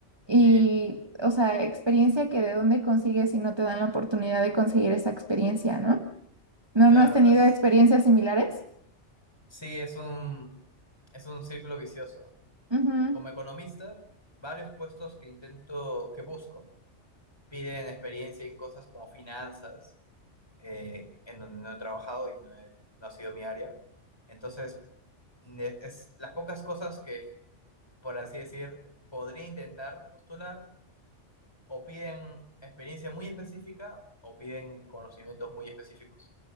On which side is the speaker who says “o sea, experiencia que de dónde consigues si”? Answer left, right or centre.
Right